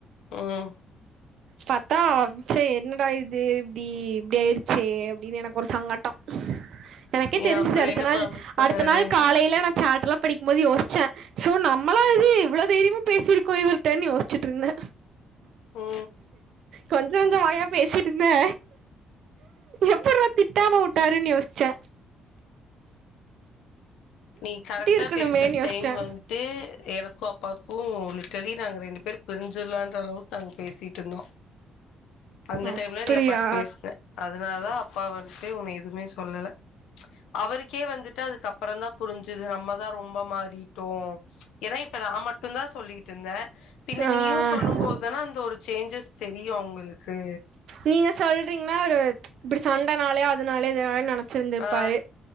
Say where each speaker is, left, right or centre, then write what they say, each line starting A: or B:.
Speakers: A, on the left; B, on the right.
A: ம்
B: பாத்தா சே என்னடா இது இப்டி இப்டி ஆயிடுச்சே அப்டின்னு எனக்கு ஒரு சங்கட்டோ எனக்கே
A: ஏ
B: தெரிஞ்சுது
A: அப்படி
B: அடுத்த
A: என்ன
B: நாள்
A: ப்ராமிஸ் பண்ணாரு
B: அடுத்த நாள் காலைல நா சேட்டலா படிக்கும் போது யோஸ்ச்சே சோ நம்மளா இது இவ்ளோ தைரியமா பேசிருக்கோ இவர்கிட்டன் யோஸ்ச்சிட்டு இருந்தே
A: ஓ
B: கொஞ்சோ நஞ்சோ வாயா பேசிருந்தே எப்பிரா திட்டாம விட்டாருன் யோஸ்ச்சே
A: நீ கரெட்டா
B: இருக்கணுமேன்னு
A: பேசுற
B: யோசிச்சே
A: டைம் வந்ட்டு எனக்கு அப்பாக்கு லிட்டலி நாங்க ரெண்டு பேரு பிரிஞ்சிர்லான்ற அளவுக்கு நாங்க பேசிட்டு இருந்தோ அந்த
B: அப்படியா
A: டைம்ல நீ அப்பாட்ட பேசுன அதனால தா அப்பா வந்ட்டு உன்ன எதுவுமே சொல்லல அவருக்கே வந்துட்டு அதுக்குப்றந்தா புரிஞ்சுது நம்மதா ரொம்ப மாறிட்டோ ஏனா நா மட்டுந்தா சொல்லிட்ருந்தே பின்ன
B: ஆ
A: நீயு சொல்லும் போ அதனா அந்த ஒரு சேஞ்சஸ் தெரியு அவங்களுக்கு
B: நீங்க சொல்றீங்ன்னா இவ்ரு இப்டி சண்டனாலயோ அதனாலயே இதலா நெனச்சிருந்திருப்பாரு
A: ஆ